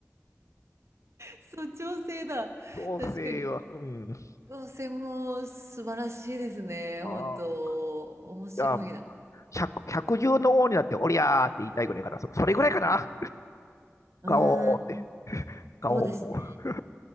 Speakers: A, on the right; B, on the left.
A: そう、調整だ。
B: 調整は、
A: 確かに。
B: うん。
A: 調整も素晴らしいですね。
B: ああ。
A: 本当、面白いな。
B: じゃあ、百百獣の王になって、おりゃーって言いたいぐらいかな。そそれぐらいかな。
A: うーん、
B: ガオーって、ガオー。
A: そうですね。